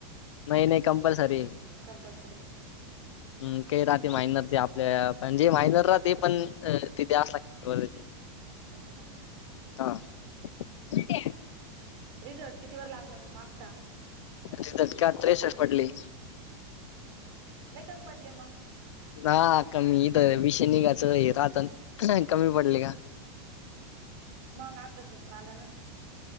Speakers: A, on the left (about 80°); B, on the right (about 55°).
A: नाही नाही कम्पल्सरी
B: कम्पल्सरी आहे का?
A: हम काही राहते मायनर ते आपल्या पण जे मायनर राहते ते पण तिथे असला चालेल
B: हो हो का
A: हा ठीक आहे
B: रिझल्ट कितीवर लागलं पण मागचा मग
A: रिजल्ट का त्रेसष्ठ पडले
B: लई कामी पडले मग
A: ह कमी इथं विषय निघाचं राहतन कमी पडले का
B: मग आभ्यासाच्या मानानं